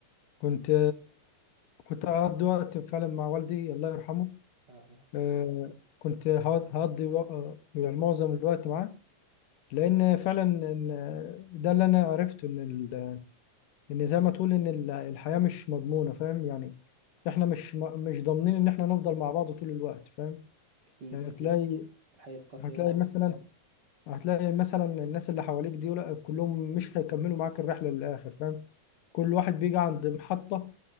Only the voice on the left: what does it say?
كنت كنت أقضي وقت فعلا مع والدي الله يرحمه
آه، كنت هقض- هقضي وق- آه، يعني معظم الوقت معاه لأن فعلا إن آه، ده اللي أنا عرفته إن ال- إن زي ما تقول إن ال- الحياة مش مضمونة فاهم يعني إحنا مش م- مش ضامنين إن إحنا نفضل مع بعض طول الوقت فاهم
يعني
تلاقي
هتلاقي مثلا هتلاقي مثلا الناس اللي حواليك دي لا، كلهم مش هيكملوا معاك الرحلة للآخر فاهم كل واحد بيجي عند محطة